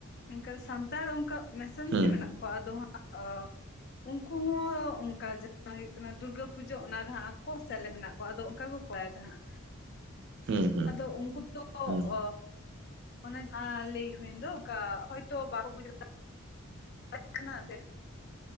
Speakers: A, on the left; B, on the right.
A: ᱢᱮᱱᱠᱷᱟᱱ ᱥᱟᱱᱛᱟᱲ ᱚᱝᱠᱟ ᱢᱮᱥᱟ ᱢᱤᱥᱤ
B: ᱦᱩᱸ
A: ᱢᱮᱱᱟᱜ ᱠᱚᱣᱟ ᱟᱫᱚ ᱦᱟᱸᱜ ᱚ ᱩᱝᱠᱩ ᱦᱚᱸ ᱚᱝᱠᱟ ᱡᱟᱦᱟᱸ ᱦᱩᱭᱩᱜ ᱠᱟᱱᱟ ᱫᱩᱨᱜᱟᱹ ᱯᱩᱡᱟᱹ ᱚᱱᱟ ᱨᱮᱦᱟᱸᱜ ᱟᱠᱚ ᱥᱮᱞᱮ ᱢᱮᱱᱟᱜ ᱠᱚᱣᱟ ᱟᱫᱚ ᱚᱝᱠᱟ ᱠᱚ <unintelligible> ᱦᱟᱸᱜ,
B: ᱦᱩᱸ
A: ᱟᱫᱚ ᱩᱜᱠᱩ ᱫᱚ
B: ᱦᱩᱸ
A: ᱚ ᱚᱱᱮ ᱡᱟᱦᱟᱸ ᱞᱟᱹᱭ ᱦᱩᱭᱮᱱ ᱫᱚ ᱚᱝᱠᱟ ᱦᱚᱭᱛᱚ ᱵᱟᱠᱚ ᱵᱩᱡᱷᱟᱣ ᱠᱟᱱᱟ